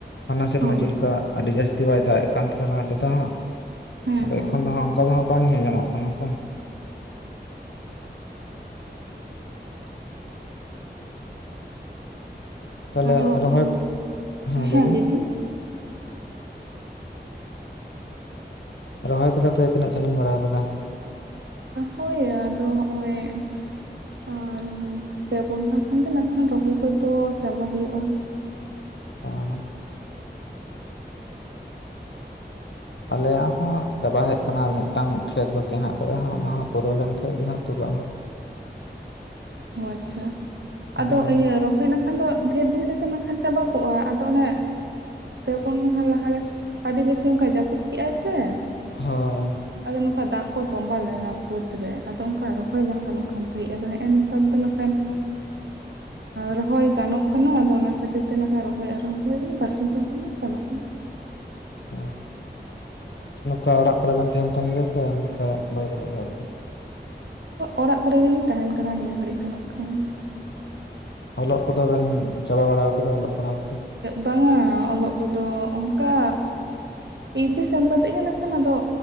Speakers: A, on the left; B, on the right.
A: ᱦᱟᱱᱟ ᱥᱮᱨᱢᱟ
B: ᱦᱳᱭ
A: ᱪᱮᱫᱠᱟ ᱟᱹᱰᱤ ᱡᱟᱹᱥᱛᱤ ᱵᱟᱭ ᱫᱟᱜ ᱮᱫ ᱠᱟᱱ᱾ ᱛᱟᱦᱮᱱᱟ ᱞᱟᱦᱟ ᱛᱮᱫᱚ ᱦᱟᱸᱜ
B: ᱦᱮᱸ
A: ᱟᱫᱚ
B: ᱦᱮᱸ
A: ᱮᱠᱷᱚᱱ ᱫᱚ ᱚ ᱝᱠᱟ ᱫᱚᱜ ᱵᱟᱝ ᱧᱮᱞ ᱧᱟᱢᱚᱜ ᱠᱟᱱᱟ ᱥᱮ ᱛᱟᱦᱚᱞᱮ
B: ᱟᱫᱚ
A: ᱨᱚᱦᱚᱭ
B: <inaudible>
A: ᱦᱮᱸ
B: ᱦᱮ
A: ᱞᱟᱹᱭ ᱵᱮᱱ
B: ᱞᱟᱹᱭᱵᱤᱱ?
A: ᱨᱚᱦᱚᱭ ᱠᱚᱫᱚ ᱯᱮ ᱛᱤᱱᱟᱹᱜ ᱥᱟᱹᱜᱤᱧ ᱵᱟᱲᱟ ᱠᱟᱫᱟ᱾
B: ᱦᱳᱭ ᱟᱫᱚ ᱦᱚᱜᱼᱚᱭ ᱟᱨ ᱯᱮ ᱯᱳᱱ <unintelligible> ᱠᱷᱟᱱ ᱜᱮ ᱱᱟᱠᱷᱟᱱ ᱨᱚᱦᱚᱭ ᱠᱚ ᱪᱟᱵᱟ ᱦᱩᱭᱩᱜᱼᱟ ᱾
A: ᱚᱸ᱾ ᱟᱞᱮᱭᱟᱜ ᱦᱚᱸ ᱪᱟᱵᱟ ᱦᱮᱡ ᱠᱟᱱᱟ, ᱟᱨ ᱢᱤᱴᱟᱝ ᱠᱷᱮᱛ ᱵᱟᱹᱠᱤ ᱦᱮᱱᱟᱜ ᱟᱠᱟᱫᱟ ᱚᱱᱟ ᱦᱚᱸ ᱯᱩᱨᱟᱹᱣ ᱞᱮᱱᱠᱷᱟᱱ ᱜᱮ ᱦᱟᱜᱸ ᱯᱩᱨᱟᱹᱜᱼᱟ᱾ ᱦᱟᱜ᱾ <inaudible>
B: ᱚ ᱟᱪᱪᱷᱟ ᱟᱫᱚ
A: ᱦᱩᱸ
B: ᱤᱭᱟᱹ ᱦᱳᱭ ᱮᱱᱮᱠᱷᱟᱱ ᱫᱚ ᱰᱷᱮᱨ ᱫᱤᱱ ᱨᱮᱜᱮ ᱱᱟᱝᱠᱷᱟᱱ ᱪᱟᱵᱟ ᱠᱚᱜᱼᱟ ᱾ᱟᱫᱚ ᱚᱱᱮ ᱯᱩᱱ ᱢᱟᱦᱟ ᱞᱟᱦᱟᱨᱮ, ᱟᱹᱰᱤ ᱵᱮᱥᱤ ᱚᱝᱠᱟᱭ ᱡᱟᱹᱯᱩᱫ ᱠᱮᱫᱮᱼᱟᱭ ᱥᱮ᱾
A: ᱦᱳᱭ᱾
B: ᱟᱫᱚ ᱱᱚᱝᱠᱟ ᱫᱟᱜ ᱠᱚ ᱛᱚᱢᱵᱟ ᱞᱮᱱᱟ ᱵᱟᱹᱫ ᱨᱮ ᱟᱫᱚ ᱚᱱᱠᱟ ᱨᱚᱦᱚᱭ ᱵᱟᱝ ᱜᱟᱱᱚᱜ ᱠᱟᱱ ᱛᱟᱦᱮᱸᱜᱼᱟ ᱾ ᱮ ᱱᱮᱛᱟᱨ ᱫᱚ ᱱᱟᱠᱷᱟᱱ
A: <inaudible>
B: ᱨᱚᱦᱚᱭ ᱜᱟᱱᱚᱜ ᱠᱟᱱᱟ ᱟᱫᱚ ᱚᱱᱟ ᱠᱷᱟᱹᱛᱤᱨ ᱛᱮ ᱱᱟᱦᱟᱜ ᱨᱚᱦᱚᱭ ᱟᱨᱚᱢᱵᱷ ᱦᱩᱭ ᱟᱠᱟᱱᱟ ᱵᱟᱨᱥᱤᱧ ᱠᱷᱟᱱ ᱜᱮ ᱪᱟᱵᱟᱜ ᱠᱟᱱᱟ ᱾
A: ᱦ ᱱᱚᱝᱠᱟ ᱚᱲᱟᱜ ᱠᱚᱨᱮ ᱵᱮᱱ ᱛᱟᱦᱮᱱ ᱛᱟᱦᱮᱱ ᱜᱮᱭᱟ ᱥᱮ ᱱᱚᱝᱠᱟ ᱵᱟᱭᱨᱮ ᱨᱮ ᱟᱨᱠᱤ?
B: ᱚᱲᱟᱜ ᱠᱚᱨᱮ ᱜᱮᱞᱤᱧ ᱛᱟᱦᱮᱱ ᱠᱟᱱᱟ ᱱᱤᱭᱟᱹ ᱜᱷᱟᱹᱲᱤᱡ ᱫᱚ ᱱᱚᱝᱠᱷᱟᱱ ᱾
A: ᱚᱞᱚᱜ ᱠᱚᱫᱚ ᱵᱮᱱ ᱪᱟᱵᱟ ᱵᱟᱲᱟ ᱣᱟᱠᱟᱫᱟ ᱚᱞᱚᱜ ᱯᱟᱲᱦᱟᱣ᱾ ᱠᱚ
B: ᱵᱟᱝᱼᱟ ᱚᱞᱚᱜ ᱠᱚᱫᱚ ᱚᱝᱠᱟ, ᱤᱭᱤᱪᱮᱥ ᱮᱢ ᱠᱟᱛᱮᱫ ᱜᱮ ᱱᱟᱠᱷᱟᱱ ᱟᱫᱚ